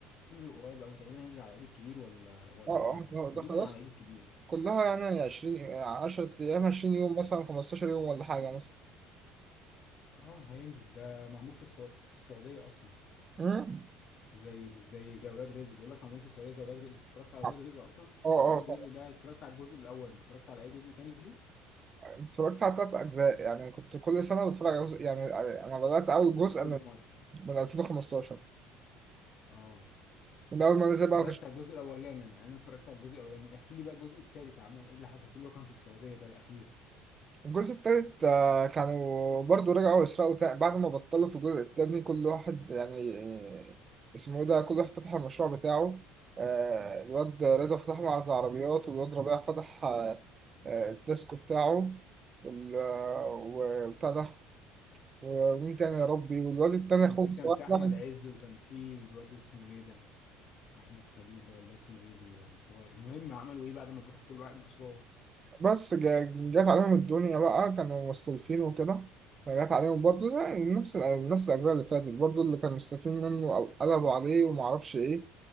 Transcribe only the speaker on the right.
اه اه
ده
ده خلاص
كلها يعني عشرين عشرة أيام عشرين يوم مثلا خمستاشر يوم ولا حاجة مثلا
مم.
اه
اه طبعا
اتفرجت على تلات أجزاء يعني كنت كل سنة بتفرج على جزء يعني أنا بدأت أول جزء
من
من 2015
من أول ما نزل بقى
مكانش
الجزء التالت آه، كانوا برضو رجعوا يسرقوا تاني بعد ما بطلوا في الجزء التاني كل واحد يعني آه، اسمه ايه ده كل واحد فتح المشروع بتاعه آه، الواد رضا فتح معرض عربيات والواد ربيع فتح آه، آه، الديسكو بتاعه وال- آه، وبتاع ده ومين تاني يا ربي والواد التاني
اخوه
صغير.
بس جا- جات عليهم الدنيا بقى كانوا مستلفين وكده فجات عليهم برضه زي نفس ال- نفس الأجزاء اللي فاتت برضه اللي كانوا مستلفين منه أو قلبوا عليه ومعرفش إيه